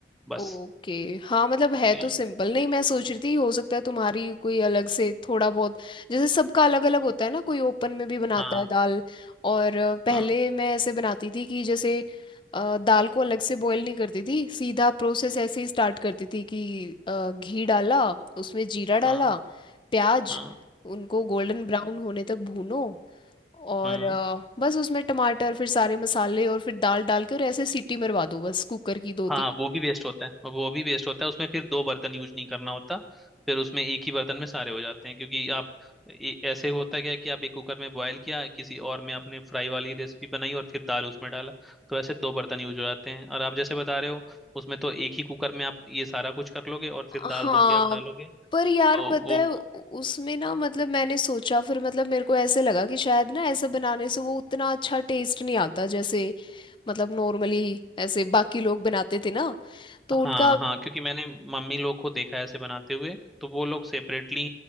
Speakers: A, in the centre; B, on the left.
A: बस
B: ओके हाँ मतलब है
A: हाँ
B: तो सिंपल नहीं मैं सोच रही थी हो सकता है तुम्हारी कोई अलग से थोड़ा बहुत जैसे सबका अलग अलग होता है ना कोई ओपन में भी बनाता
A: हाँ
B: है दाल और अ, पहले
A: हाँ
B: मैं ऐसे बनाती थी कि जैसे अ, दाल को अलग से बॉईल नहीं करती थी सीधा प्रोसेस ऐसे ही स्टार्ट करती थी कि अ, घी डाला उसमें जीरा डाला
A: हाँ
B: प्याज
A: हाँ
B: उनको गोल्डन ब्राउन होने तक भूनो और
A: हाँ
B: अ, बस उसमें टमाटर फिर सारे मसाले और फिर दाल डाल के और ऐसे सीटी मरवा दो बस कुकर की दो
A: हाँ
B: तीन
A: वो भी वेस्ट होता है वो भी वेस्ट होता है उसमें फिर दो बर्तन यूज नहीं करना होता फिर उसमें एक ही बर्तन में सारे हो जाते हैं क्योंकि आप ए- ऐसे होता क्या है कि आप एक कुकर में बॉयल किया किसी और में आपने फ्राई वाली रेसिपी बनाई और फिर दाल उसमें डाला तो ऐसे दो बर्तन यूज हो जाते हैं और आप जैसे बता रहे हो उसमें तो एक ही कुकर में आप ये सारा कुछ कर लोगे और
B: हाँ
A: फिर दाल धो के आप डालोगे
B: पर यार
A: तो
B: पता
A: वो
B: है उ- उसमें ना मतलब मैंने सोचा फिर मतलब मेरे को ऐसे लगा कि शायद ना ऐसे बनाने से वो उतना अच्छा टेस्ट नहीं आता जैसे मतलब नॉर्मली ऐसे बाकी लोग बनाते थे ना तो
A: हाँ
B: उनका
A: हाँ क्योंकि मैंने मम्मी लोग को देखा है ऐसे बनाते हुए तो वो लोग सेपरेटली